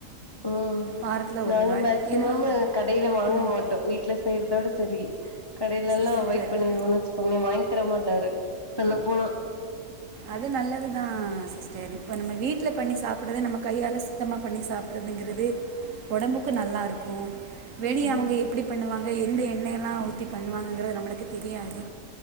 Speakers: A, on the left (about 25°); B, on the right (about 65°).
A: ஓ
B: வாரத்தில்
A: நாங்க
B: ஒரு நாள்
A: மேக்சிமம்
B: ஏன்னா
A: கடைல வாங்க
B: ம்
A: மாட்டோம் வீட் வீட்ல செய்யறதோட சரி கடையில எல்லாம்
B: சூப்பர்
A: அவாய்ட் பண்ணிருவோம் வச் ஒனனு வாங்கி தர மாட்டாரு சொல்ல போனா
B: அது நல்லது தான் சிஸ்டர் இப்போ நம்ம வீட்ல பண்ணி சாப்பிடறத நம்ம கையால சுத்தமா‌ பண்ணி சாப்பிடறதுங்கிறது உடம்புக்கு நல்லா இருக்கும் வெளியே
A: ம்
B: அவங்க எப்டி பண்ணுவாங்க எந்த எண்ணெய்லா ஊத்தி பண்ணுவாங்கங்குறது நம்மளுக்கு தெரியாது